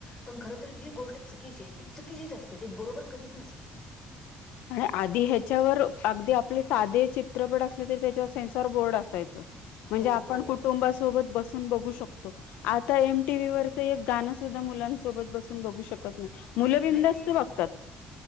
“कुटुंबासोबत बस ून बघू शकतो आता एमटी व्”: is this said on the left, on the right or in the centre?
Left